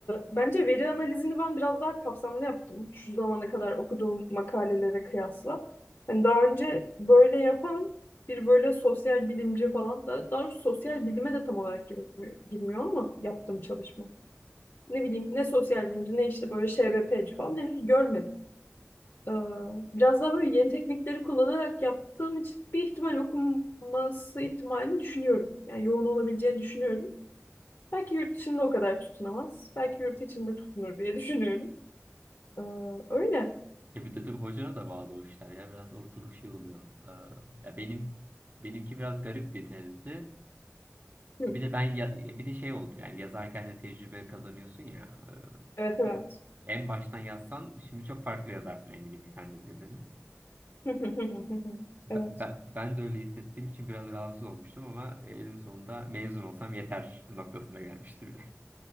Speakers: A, on the left (about 60°); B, on the right (about 40°).
A: bence veri analizini ben biraz daha kapsamlı yaptım. Şu zamana kadar okuduğum makalelere kıyasla. Hani daha önce böyle yapan bir böyle sosyal bilimci falan da daha doğrusu sosyal bilime de tam olarak girmiyor, girmiyor ama yaptığım çalışma. Ne bileyim ne sosyal bilimci ne işte böyle ŞBP'ci falan henüz görmedim. Ee, biraz daha böyle yeni teknikleri kullanarak yaptığım için bir ihtimal okunması ihtimalini düşünüyorum. Yani yoğun olabileceğini düşünüyorum. Belki yurt dışında o kadar tutunamaz. Belki yurt içinde tutunur diye düşünüyorum. Ee, öyle.
B: ya bir de tabii hocana da bağlı o işler ya biraz ortalık şey oluyor. Ee, ya benim benimki biraz garip bir tezdi.
A: Hı,
B: E, Bir de ben ya- e, bir de şey oldu yani yazarken de tecrübe kazanıyorsun ya.
A: Evet evet.
B: e, bir- en baştan yazsan şimdi çok farklı yazarsın eminim ki sen de tezini.
A: <laughs>
B: Ben,
A: Evet.
B: ben, ben de öyle hissettiğim için biraz rahatsız olmuştum ama en sonunda mezun olsam yeter noktasına gelmişti bile.